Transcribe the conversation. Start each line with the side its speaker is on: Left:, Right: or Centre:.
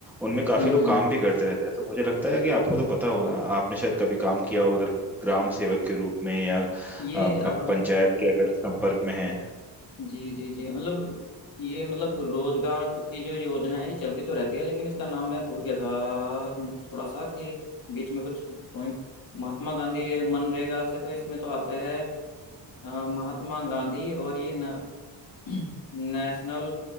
Centre: उनमें काफी
Left: हम्म
Centre: लोग
Left: हम्म
Centre: काम भी करते रहते हैं तो मुझे लगता है कि आपको तो पता होगा आपने शायद कभी काम किया होगा अगर ग्राम सेवक के रूप में या अ,
Left: ये
Centre: आप
Left: अ,
Centre: पंचायत के अगर संपर्क में हैं
Left: जी जी जी मतलब ये मतलब रोजगार की जो योजना है ये चलती तो रहती है लेकिन इसका नाम मैं भूल गया था थोड़ा सा कि बीच में कुछ पॉइंट महात्मा गांधी ये मनरेगा से तो इसमें तो आता है अ, महात्मा गांधी और ये न नेशनल